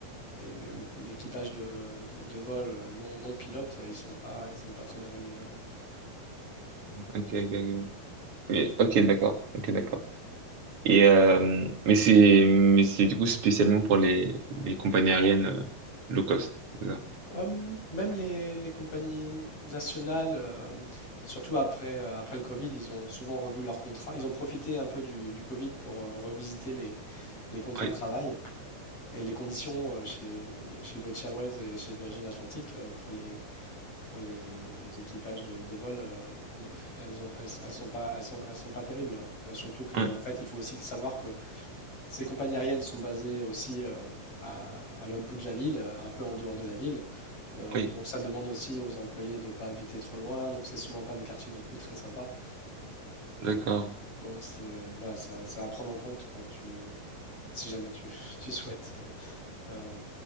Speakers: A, on the left; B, on the right.
A: les- le- le- l'équipage de, de, de vol euh, non, non pilote, euh, ils sont pas, ils sont pas très bien rémunérés.
B: Ok, ok, ok. Mais ok, d'accord. Ok, d'accord. Et euh, mais c'est mais c'est du coup spécialement pour les les compagnies aériennes euh, low cost. c'est ça
A: Hum, même les, les compagnies nationales, euh, surtout après, euh, après le Covid, ils ont souvent revu leurs contrats. Ils ont profité un peu du, du Covid pour euh, revisiter les, les contrats
B: Oui,
A: de travail. Et les conditions euh, chez, chez British Airways et chez Virgin Atlantic euh, pour les, pour les, les équipages de, de vol, euh, y- elles ont, elles, elles sont pas, elles sont, elles sont pas terribles. Euh, surtout que,
B: hein,
A: en fait, il faut aussi savoir que ces compagnies aériennes sont basées aussi euh, à, à l'autre bout de la ville, euh, un peu en dehors de la ville. Euh,
B: oui,
A: donc ça demande aussi aux employés de ne pas habiter trop loin. Donc c'est souvent pas des quartiers non plus très sympas.
B: d'accord,
A: Donc c'est voilà, c'est à c'est à prendre en compte quand tu, si jamais tu, <laughs> tu souhaites euh,